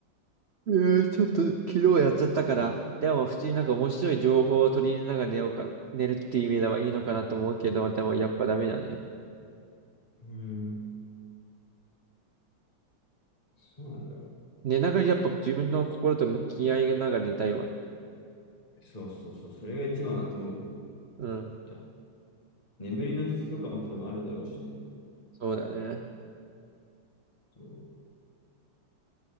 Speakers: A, on the right; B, on the left.
A: えー、ちょっと昨日やっちゃったから。でも普通になんか面白い情報を取り入れながら寝ようか、寝るっていう意味ではいいのかなと思うけど、でもやっぱダメだね。
B: うん、そうなんだ。
A: 寝ながらやっぱ自分の心と向き合いながら寝たいわ。
B: そうそうそう、それが一番だと思うよ。
A: うん、
B: た眠りの質とかも多分あるだろうしね。
A: そうだね。
B: そ